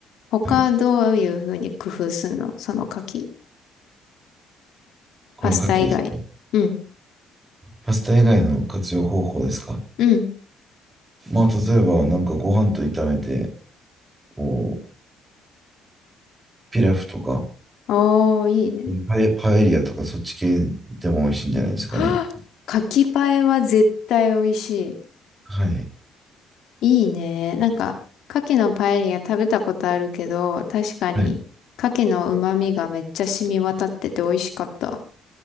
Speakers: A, on the left; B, on the right.
A: 他どういう風に工夫すんのその柿。
B: はい。この牡蠣ですか。
A: パスタ以外。うん、
B: パスタ以外の活用方法ですか
A: うん。
B: まあ、例えば、なんかご飯と炒めて、こう、ピラフとか、
A: おー、いいね。
B: パエ、パエリアとか、そっち系でも美味しいんじゃないですかね。
A: はぁ柿パエは絶対美味し
B: はい。
A: い。いいね。なんか、牡蠣のパエリア食べたことあるけど、確かに、
B: はい。
A: 牡蠣の旨味がめっちゃ染み渡ってて美味しかった。